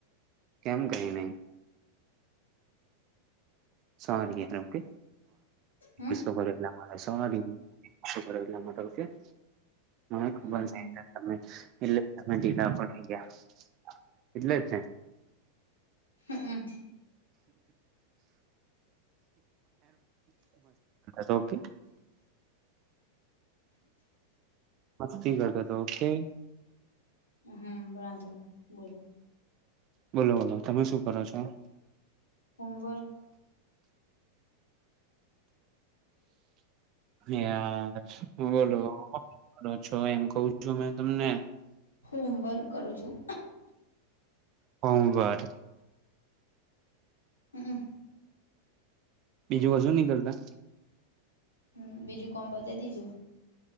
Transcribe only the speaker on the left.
તો
હમ
હમ
હમ
હમ વાંધો નય. બોલો.
હોમવર્ક <unintelligible>
હોમવર્ક કરું છું.
હમ.
હમ બીજું કોમ પતાય દીધું.